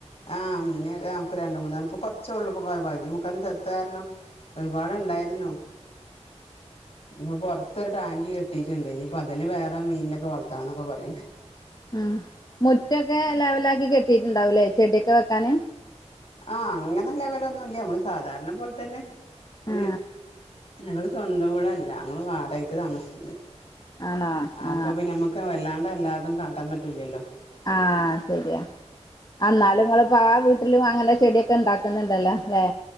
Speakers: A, on the left; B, on the left.
A: ആഹ് മീൻ ആഹ് പ്പോ രണ്ട് മൂന്ന് ഇപ്പൊകുറച്ചേള്ളൂ പകുതി മുക്കാലും ചത്തദ് കാരണം ഒരുപാടുണ്ടായിരുന്നു ഇനിപ്പ പൊറത്തൊരു ടാങ്ക് കെട്ടിയിട്ടുണ്ട് ഇനിയിപ്പൊ അതില് വേറെ മീനൊക്കെ വളർത്തണം എന്നൊക്കെ പറയുന്നേ.
B: ഉം മുറ്റൊക്കെ ലെവല ആക്കി കെട്ടിയിട്ടുണ്ടാവൂലേ ചെടിയൊക്കെ വെക്കാന്
A: ആഹ് അങ്ങനെ ലെവലൊന്നുംല്ല നമ്മള് സാധാരണ പോലെ തന്നെ പിന്നെ
B: ആ
A: ഞങ്ങള് സ്വന്തം വീട് അല്ലാ ഞങ്ങള് വാടകക്ക് താമസിക്കുന്നത്
B: ആണോ
A: അപ്പൊ
B: ആ
A: പിന്നെ നമ്മക്ക് വല്ലാണ്ട് എല്ലാതും കാട്ടാൻ പറ്റൂലല്ലോ
B: ആഹ് ശരിയാ. അന്നാലും ങ്ങളിപ്പോ ആഹ് വീട്ടിലും അങ്ങനെ ചെടിയൊക്കെ ഉണ്ടാക്കുന്നുണ്ടല്ലോ ല്ലേ